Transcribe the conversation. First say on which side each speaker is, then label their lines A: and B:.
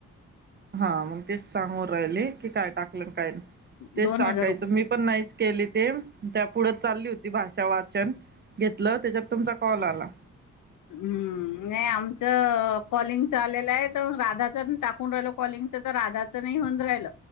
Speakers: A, on the right; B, on the left.
A: हा मग तेच सांगून राहिले. की काय टाकलं काय तेच
B: दोन
A: टाकायचं
B: हजार रुपये
A: मी पण नाहीच केली ते तया पुढं चालली होती भाषा वाचन घेतलं त्याच्यात तुमचा कॉल आला.
B: हम्म नाही आमच कॉलिंगचा आलेलं आहे तर राधा जण टाकून राहिल कॉलिंग तर राधाच नाही होऊन राहिल